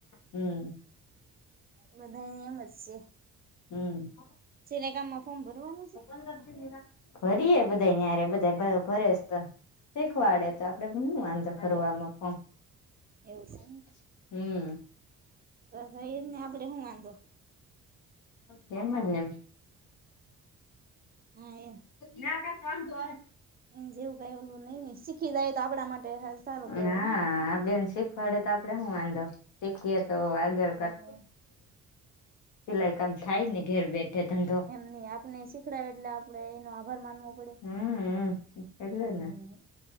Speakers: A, on the left; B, on the right.
A: હમ
B: બધાની એમ જ છે
A: હમ
B: સિલેગામમાં ફોમબરવાલું
A: તન બદીનીરા ભરીયે બધા યરે બધા ભરેસ તો શીખવાડે તો આપડે શું વાંધો કરવાવામાં પણ
B: એવું છે
A: હમ
B: બ એ જને આપડે શું વાંધો
A: મજમ
B: હા એમ
A: ના ક વાંધો
B: એમ જેવું કઈ ઓલું નઈ ને શીખી જાય તો આપડા માટે સારું
A: હા
B: કેવાય
A: આપ બેન શી ફળે તો આપડે શું વાંધો શીખીએ તો આગળ
B: હ હા
A: કર
B: એમ
A: પેલાય કામ થાય ને ઘેર બેઠે ધંધો
B: નહી આપણેને શીખડાય એટલે આપણેે એનો આભાર માનવો પડે
A: હમ એટલે
B: હું
A: ને